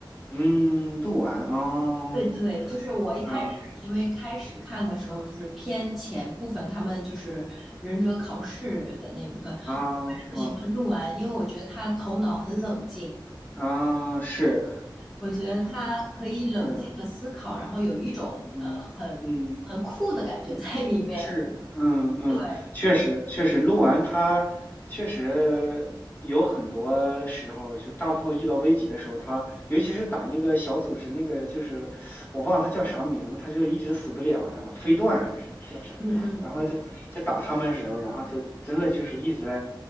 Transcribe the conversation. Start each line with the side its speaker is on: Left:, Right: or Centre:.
Left: 嗯，杜婉哦，
Centre: 对对，就是我一开始，
Left: 啊
Centre: 因为开始看的时候就是偏前部分，他们就是忍者考试的那部分。为
Left: 啊
Centre: 什么喜欢鹿丸？
Left: 啊
Centre: 因为我觉得他头脑很冷静，
Left: 啊，是
Centre: 我觉得他可以冷静的思考，
Left: 是，
Centre: 然后有一种呃很很酷的感觉在里面。
Left: 嗯嗯。嗯，是，嗯嗯，
Centre: 对，
Left: 确实确实，录完他确实有很多时候，就大部分遇到危急的时候，他尤其是打那个小组织那个，就是我忘了他叫啥名他它就一直死不了，然后飞段还是叫啥，
Centre: 嗯嗯，
Left: 然后就在打他们的时候，然后就真的就是一直在